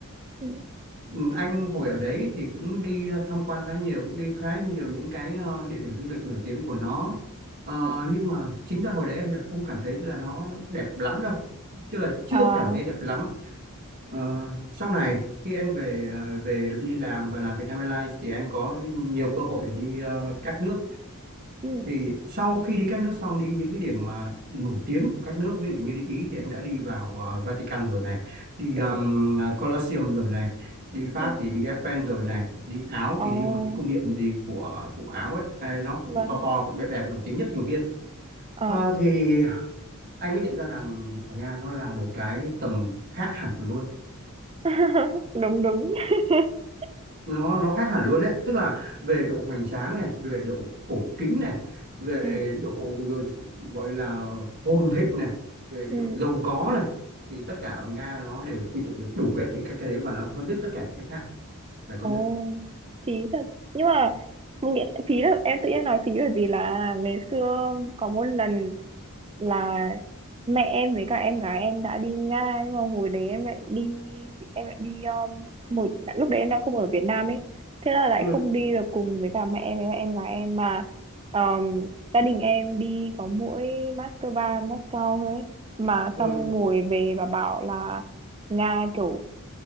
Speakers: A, on the right; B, on the right.
A: Ừ,
B: Ừm, anh hồi ở đấy thì cũng đi ờ, tham quan khá nhiều, cũng đi khá nhiều những cái ờ, địa điểm du lịch nổi tiếng của nó. Ờ,
A: ừ,
B: nhưng mà chính ra hồi đấy anh lại không cảm thấy là nó đẹp lắm đâu, chứ là chưa
A: À,
B: cảm thấy đẹp lắm. Ờ, sau này khi anh về ờ, về đi làm và làm Vietnam Airlines thì anh có nhiều cơ hội để đi ờ, các nước
A: ừ,
B: thì sau khi đi các nước xong đi những cái điểm mà nổi tiếng của các nước ví dụ như đi Ý thì anh đã đi vào ờ, Vatican rồi này đi um,
A: ừ,
B: ờ, Colosseum rồi này đi Pháp
A: ừ.
B: thì đi Eiffel rồi này đi Áo
A: Ồ,
B: thì đi một cái cung điện gì của của Áo ấy Ê, nó cũng
A: vâng,
B: to to cũng đẹp đẹp nổi tiếng nhất thành viên
A: à,
B: Ờ, thì anh mới nhận ra rằng ở Nga nó là một cái tầm khác hẳn luôn
A: <laughs> đúng, đúng. <laughs>
B: nó nó khác hẳn luôn đấy tức là về độ hoành tráng này về độ cổ kính này về
A: Ừ,
B: độ gọi là phồn thịnh này về cái
A: ừ.
B: độ giàu có này thì tất cả ở Nga nó đều quy tụ được đủ hết những cái cái đấy và nó hơn đứt tất cả những cái khác phải công
A: Ồ,
B: nhận
A: phí thật. Nhưng mà không nghĩa, phí là em tự nhiên nói phí bởi vì là ngày xưa có một lần là mẹ em với cả em gái em đã đi Nga nhưng mà hồi đấy em lại đi em lại đi um, một lúc đấy em đang không ở Việt Nam ấy thế là lại
B: ừ
A: không đi được cùng với cả mẹ em với cả em gái em mà um, gia đình em đi có mỗi Moscow Moscow thôi ấy. mà
B: ừ
A: xong ngồi về và bảo là Nga kiểu